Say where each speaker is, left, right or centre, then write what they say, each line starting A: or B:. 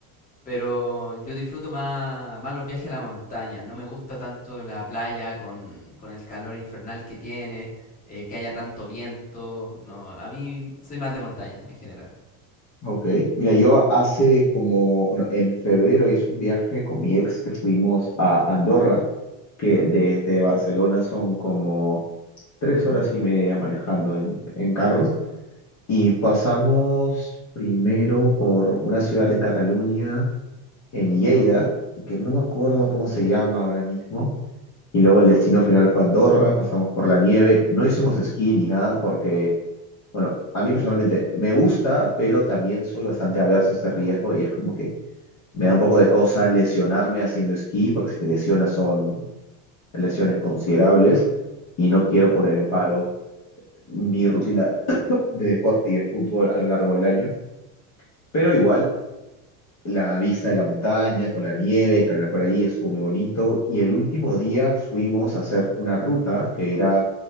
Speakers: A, on the left; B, on the left.
A: pero yo disfruto más, más los viajes a la montaña. No me gusta tanto la playa con, con el calor infernal que tiene, eh, que haya tanto viento. No, a mí soy más de montaña en general.
B: Ok, mira, yo hace como, bueno, en febrero hice un viaje con mi ex que fuimos a Andorra, que desde Barcelona son como tres horas y media manejando en, en carro. Y pasamos primero por una ciudad en Cataluña, en Lleida, que no me acuerdo cómo se llama ahora mismo. Y luego el destino final fue Andorra, pasamos por la nieve, no hicimos esquí ni nada porque bueno, a mí personalmente me gusta, pero también soy bastante averso a ese riesgo y es como que me da un poco de cosa lesionarme haciendo esquí, porque si te lesionas son lesiones considerables y no quiero poner en paro mi rutina de deporte y de fútbol a lo largo del año. Pero igual, la vista de la montaña con la nieve, caminar por ahí estuvo muy bonito y el último día fuimos a hacer una ruta que era,